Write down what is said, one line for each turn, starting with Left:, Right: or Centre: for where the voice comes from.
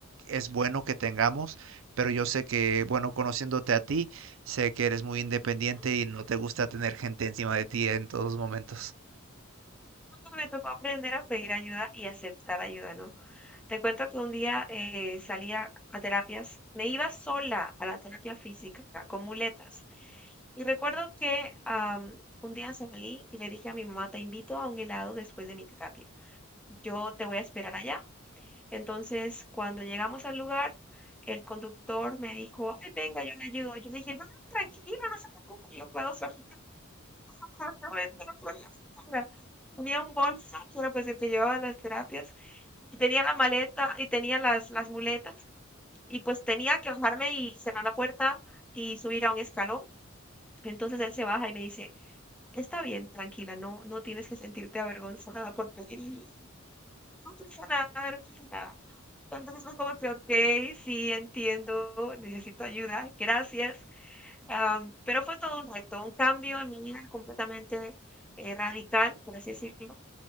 Right: es bueno que tengamos, pero yo sé que, bueno, conociéndote a ti, sé que eres muy independiente
Centre: Ujú.
Right: y no te gusta tener gente encima de ti en todos momentos.
Centre: Me tocó aprender a pedir ayuda y aceptar ayuda, ¿no? Te cuento que un día eh, salía a terapias, me iba sola a la terapia física con muletas Y recuerdo que am, un día salí y le dije a mi mamá, te invito a un helado después de mi terapia. Yo te voy a esperar allá. Entonces, cuando llegamos al lugar, el conductor me dijo, ay, venga, yo le ayudo. Yo le dije, no, no, tranquilo, no se preocupe, yo puedo sola. <laughs> No me- no voy sola". Tenía un bolso, que era pues el que llevaba las terapias, y tenía la maleta, y tenía las, las muletas, y pues tenía que bajarme y cerrar la puerta y subir a un escalón. Entonces él se baja y me dice, Está bien, tranquila, no, no tienes que sentirte avergonzada por pedir ayuda. No pasa nada, no pasa nada. Entonces fue como que, ok, sí, entiendo, necesito ayuda, gracias. Am, pero fue todo un reto, un cambio en mi vida completamente eh, radical, por así decirlo,